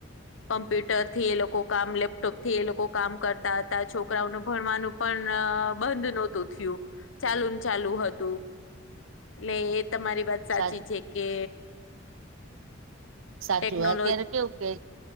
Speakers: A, on the left; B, on the right.
A: કમ્પ્યુટરથી એ લોકો કામ લેપટોપથી એ લોકો કામ કરતા તા છોકરાઓનું ભણવાનું પણ અ બંધ નતું થયું. ચાલુ ને ચાલુ હતું. એટલે એ તમારી વાત સાચી
B: સા
A: છે કે
B: સાચું
A: ટેકનોલોજ
B: અત્યારે કેવું કે,